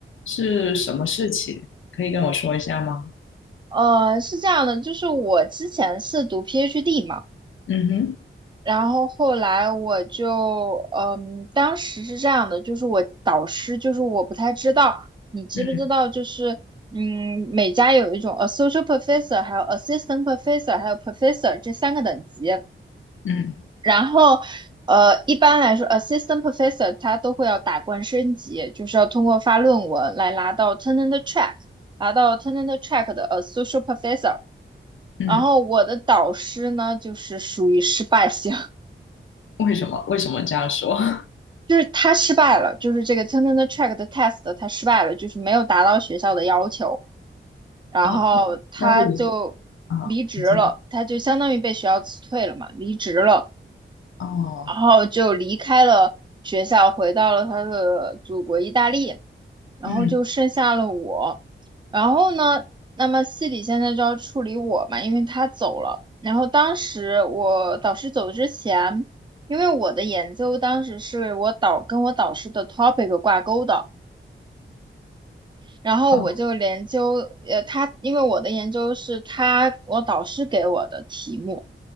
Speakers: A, on the left; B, on the right.
A: 是什么事情？可以跟我说一下吗？
B: 呃，是这样的，就是我之前是读 PhD 嘛。
A: 嗯哼，
B: 然后后来我就，嗯，当时是这样的，就是我导师，就是我不太知道，你知不知道，
A: 嗯
B: 就是，嗯，每家有一种 associate professor，还有 assistant professor，还有 professor 这三个等级。
A: 嗯
B: 然后，呃，一般来说，assistant professor 他都会要打怪升级，就是要通过发论文来拿到 tenure track，拿到 tenure track 的 associate professor。
A: 嗯，
B: 然后我的导师呢，就是属于失败型。
A: 为什么？为什么这样说？<laughs>
B: 就是他失败了，就是这个 Turner Track 的 test 他失败了，就是没有达到学校的要求，然后他就离职了，
A: 啊，那那会你啊，你继续
B: 他就相当于被学校辞退了嘛，离职了，
A: 哦，
B: 然后就离开了学校，回到了他的祖国意大利。然后就剩下了我。
A: 嗯
B: 然后呢，那么系里现在就要处理我嘛，因为他走了。然后当时我导师走之前，因为我的研究当时是我导跟我导师的 topic 挂钩的，然后我就研究，
A: 哦，
B: 呃，他因为我的研究是他我导师给我的题目，